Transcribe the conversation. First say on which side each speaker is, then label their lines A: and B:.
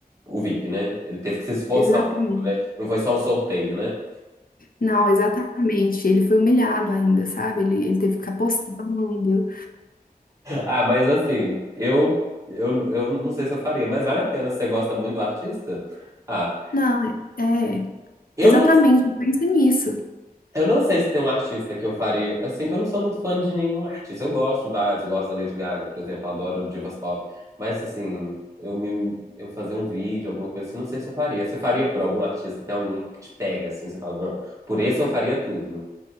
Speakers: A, on the right; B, on the left.
A: o VIP, né? Ele teve que se esforçar
B: Exatamente.
A: um pouco, né? Não foi só um sorteio, né?
B: Não, exatamente. Ele foi humilhado ainda, sabe? Ele, ele teve que ficar postando.
A: Ah, mas assim, eu, eu, eu não sei se eu faria, mas vale a pena. Se você gosta muito do artista? Ah,
B: Não, é. é,
A: eu
B: Exatamente,
A: não,
B: pensa nisso.
A: eu não sei se tem um artista que eu faria. Assim, que eu não sou muito fã de nenhum artista. Eu gosto de vários, eu gosto da Lady Gaga, por exemplo, adoro divas pop. Mas assim, eu me, eu fazer um vídeo, alguma coisa assim, não sei se eu faria. Você faria por algum artista? Tem algum que te pega assim? Você fala, não, por esse eu faria tudo.